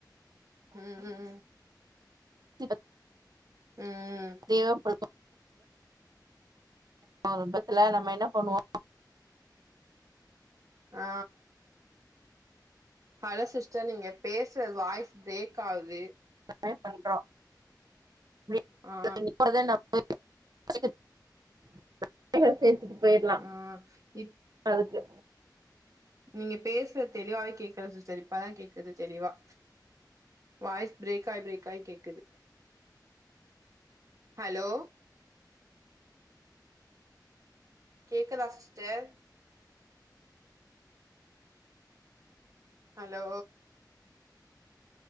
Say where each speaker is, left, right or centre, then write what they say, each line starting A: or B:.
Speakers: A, on the right (about 45°); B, on the right (about 60°).
A: ம் ம்
B: தீபத்
A: ம்
B: தேவப்படுத் ஒர் விபத்துல நம்ம என்ன பண்வோ
A: ஆ ஹலோ சிஸ்டர் நீங்க பேஸ்றது வாய்ஸ் ப்ரேக் ஆவுது
B: ட்ரை பண்றோ <unintelligible>
A: ஆ
B: இப்பதா நம்ம <unintelligible> சேத்துட்டு போய்ர்லா
A: ஆ இப்
B: அதுக்கு
A: நீங்க பேஸ்றது தெளிவாவே கேக்கள சிஸ்டர் இப்ப தா கேக்குது தெளிவா வாய்ஸ் ப்ரேக் ஆய் ப்ரேக் ஆய் கேக்குது ஹலோ கேக்கதா சிஸ்டர் ஹலோ